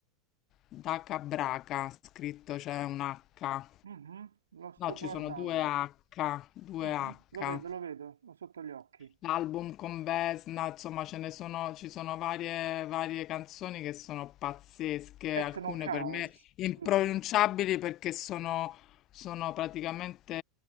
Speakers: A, on the left; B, on the right.
A: Daka Braka, scritto c'è un H.
B: Mhm, lo sto
A: No, ci
B: guardando,
A: sono due H, due
B: Mhm,
A: H.
B: lo vedo, lo vedo, ho sotto gli occhi.
A: L'album con Vesna, insomma, ce ne sono, ci sono varie, varie canzoni che sono pazzesche, alcune
B: Etno Chaos,
A: per me impronunciabili
B: giusto?
A: perché sono, sono praticamente